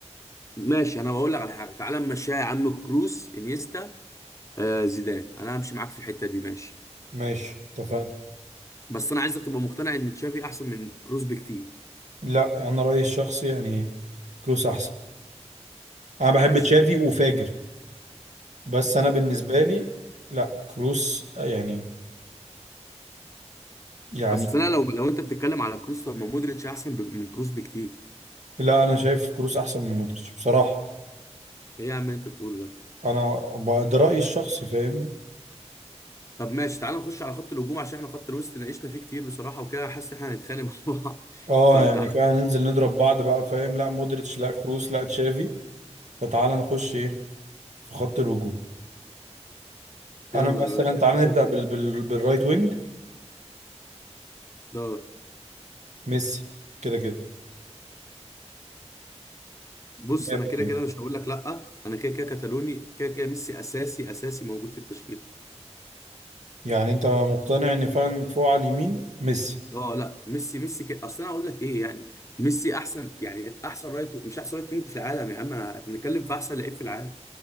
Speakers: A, on the left; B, on the right.
A: ماشي انا بقول لك على حاجة تعالى نمشيها يا عم كروس انيستا آه زيدان انا همشي معاك في الحتة دي ماشي
B: ماشي اتفقنا
A: بس انا عايزك تبقى مقتنع ان تشافي احسن من كروس بكتير
B: لا انا رأيي الشخصي يعني كروس احسن انا بحب
A: ماشي
B: تشافي وفاجر بس انا بالنسبة لي لا كروس يعني يعني
A: اصل انا لو لو انت بتتكلم على كروس طب ما مودريتش احسن ب... من كروس بكتير
B: لا انا شايف كروس احسن من مودريتش بصراحة
A: ايه يا عم اللي انت بتقوله ده
B: انا ب- ده رأيي الشخصي فاهم
A: طب ماشي تعال نخش على خط الهجوم عشان احنا خط الوسط ناقشنا فيه كتير بصراحه وكده حاسس ان احنا هنتخانق مع بعض <laughs>
B: اه
A: فتعال
B: يعني كده ننزل نضرب بعض بقى فاهم لا مودريتش لا كروس لا تشافي فتعال نخش ايه في خط الهجوم
A: يلا
B: انا مثلا
A: يا باشا
B: تعال
A: انت
B: نبدا
A: شايف
B: بال...
A: ايه
B: بال... بالرايت وينج
A: دور
B: ميسي كده كده
A: بص
B: 100%
A: انا كده كده مش هقول لك لا انا كده كده كتالوني كده كده ميسي اساسي اساسي موجود في التشكيل
B: يعني انت مقتنع ان فعلا فوق على اليمين ميسي
A: اه لا ميسي ميسي كده اصل انا هقول لك ايه يعني ميسي احسن يعني احسن رايت مش احسن رايت وينج في العالم يا عم انا احنا بنتكلم في احسن لعيب في العالم